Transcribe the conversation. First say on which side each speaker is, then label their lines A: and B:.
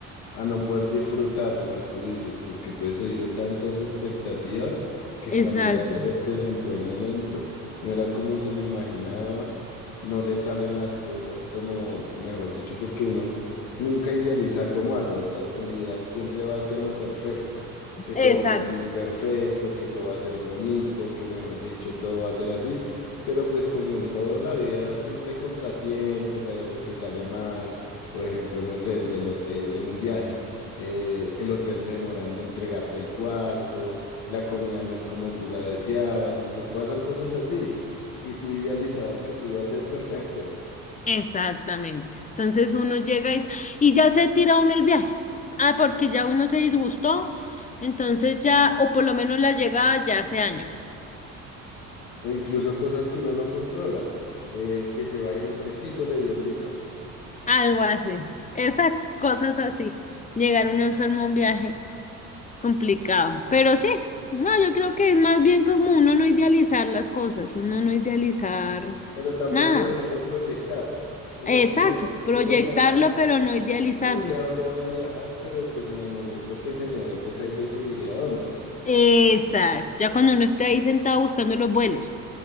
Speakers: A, on the left; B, on the left.
A: a no poder disfrutar lo que tú dices, porque entonces se hizo tantas expectativas que
B: Exacto.
A: cuando ya se le presentó el momento, no era como se lo imaginaba, no le salen las cosas como, mejor dicho, porque uno nunca idealiza algo malo, la- el ideal siempre va hacia lo perfecto, que
B: Exacto.
A: todo va a salir perfecto, que todo va a ser bonito, que mejor dicho, todo va a ser así, pero pues como en toda la vida siempre hay contratiempos, hay algo que sale mal por ejemplo, no sé, el del hotel en un viaje. eh, el hotel se demoran en entregarte el cuarto, la comida no es como tú la deseabas, entonces pasan cosas así y tú idealizabas que te iba a ser perfecto,
B: Exactamente. Entonces uno llega y, s- y ya se tira uno el viaje. Ah, porque ya uno se disgustó, entonces ya, o por lo menos la llegada ya hace año.
A: o incluso cosas que uno no controla, eh, que se va a ir y preciso le dio gripa,
B: Algo así. Exacto, cosas así. Llegar uno enfermo a un viaje. Complicado, pero sí, no, yo creo que es más bien como uno no idealizar las cosas, uno no idealizar
A: pero tampoco
B: nada.
A: dejar de proyectar, o sea,
B: Exacto,
A: es como decir,
B: proyectarlo,
A: quiero viajar,
B: pero no idealizarlo.
A: no sé a dónde voy a viajar, pero pues en el momento que se me dé, pues ahí decidiré a dónde,
B: Exacto, ya cuando uno esté ahí sentado buscando los vuelos.